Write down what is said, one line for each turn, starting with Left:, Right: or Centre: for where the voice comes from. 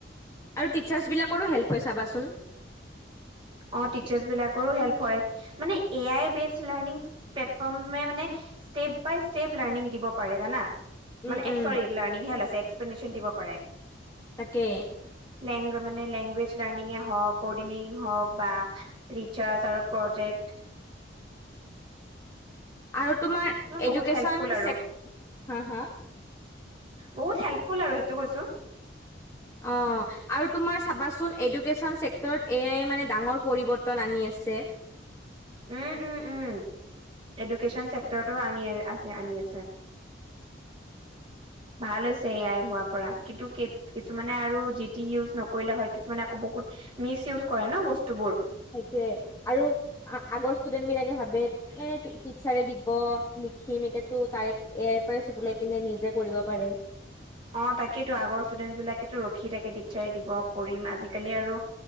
Left: আৰু টিচাৰ্চ বিলাকৰো হেল্প <unintelligible>
Right: অ টিচাৰ্চ বিলাকৰো হেল্প হয় মানে A I based learning platform মানে ষ্টেপ বাই ষ্টেপ লাৰ্ণিং দিব পাৰে জানা।
Left: উম,
Right: মানে
Left: উম,
Right: লাৰ্ণিংহে ওলাইছে এক্সপ্লেনেশ্যন দিব পাৰে।
Left: তাকে
Right: লেং মানে লেংগুৱেজ লাৰ্ণঙে হওঁক কৰ্ডিনেটিং হওক বা ৰিচাৰ্জ আৰু প্ৰজেক্ট
Left: আৰু তোমাৰ এডুকেশ্যন
Right: বহুত হেল্পফুল আৰু
Left: চেক হ হ
Right: বহুত হেল্পফুল আৰু সেইটো কৈছোঁ।
Left: অ আৰু তোমাৰ চাবাচোন এডুকেশ্যন চেক্টৰত এয়াই মানে ডাঙৰ পৰিবৰ্তন আনি আছে। ছে
Right: উম উম উম এডুকেশ্যন চছেক্টৰৰতো আনি আছে আনি আছে।
Left: <inaudible>
Right: ভাল হৈছে এ আই হোৱাৰ পৰা। কিন্তু কিছুমানে আৰু জি টি ইউজ নকৰিলে হয় কিছুমানে আকৌ ব মিচ ইউজ কৰে ন বস্তুবোৰ।
Left: সেইটোয়ে আৰু আগৰ ষ্টুডেন্ট বিলাকে ভাবে এ ইচ্ছাৰে দিব লিখিম। এতিয়াতো তাই ইয় পৰাই চব লাই পিনে নিজে কৰিব পাৰে।
Right: অ তাকেতো আগৰ ষ্টুডেন্টচ বিলাকে ৰখি তাকে টিচাৰে দিব কৰিম। আজিকালি আৰু ভাল